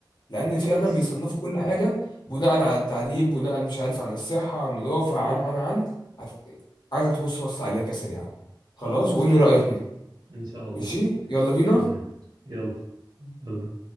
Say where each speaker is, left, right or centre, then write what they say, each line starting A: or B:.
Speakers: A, on the left (about 65°); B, on the right (about 60°).
A: لأن
B: خلاص
A: فعلا بيصنفوا كل حاجة بناء على التعليم بناء مش عارف عن الصحة عن النظافة
B: امم
A: عن عن عن هت- عايزك تبص بص عليها كسريعة خلاص
B: خلاص ان
A: وقول
B: شاء
A: لي رأيك
B: الله
A: إيه
B: ان شاء الله
A: ماشي يلا بينا
B: تمام يلا يلا